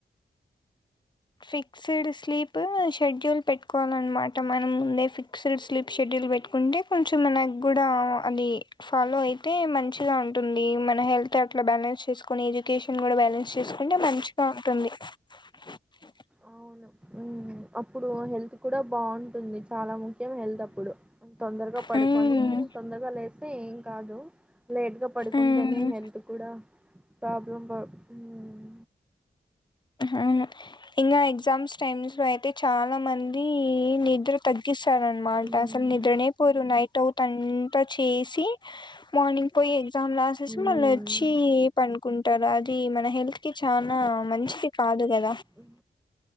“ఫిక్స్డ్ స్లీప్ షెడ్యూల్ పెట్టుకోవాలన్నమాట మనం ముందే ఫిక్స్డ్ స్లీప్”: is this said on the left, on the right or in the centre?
Left